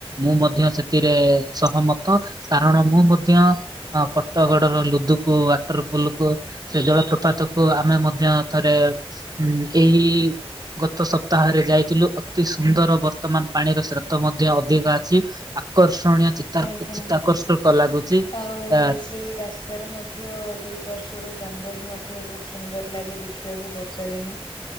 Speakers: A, on the right; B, on the left.
A: ମୁଁ ମଧ୍ୟ ସେଥିରେ ସହମତ, କାରଣ ମୁଁ ମଧ୍ୟ ହଁ, କଟଗଡର ଲୁଦୁକୁ ୱାଟର୍ ପୁଲୁକୁ ସେ ଜଳପ୍ରପାତ କୁ ଆମେ ମଧ୍ୟ ଥରେ ଉଁ ଏଇ-ଇ ଗତ ସପ୍ତାହରେ ଯାଇଥିଲୁ, ଅତି ସୁନ୍ଦର ବର୍ତ୍ତମାନ ପାଣିର ସ୍ରୋତ ମଧ୍ୟ ଅଧିକ ଅଛି। ଆ ଆକର୍ଷଣୀୟ ଚିତ୍ତା
B: ଆଜ୍ଞା।
A: ଚିତ୍ତାକର୍ଷକ ଲାଗୁଚି।
B: ଆଉ
A: ଆ
B: ସେଇ ରାସ୍ତାରେ ମଧ୍ୟ ଦୁଇ ପାର୍ଶ୍ଵର ଜଙ୍ଗଲ ମଧ୍ୟ ବହୁତ୍ ସୁନ୍ଦର ଲାଗେ ଦେଖିବାକୁ ବର୍ଷା ଦିନେ।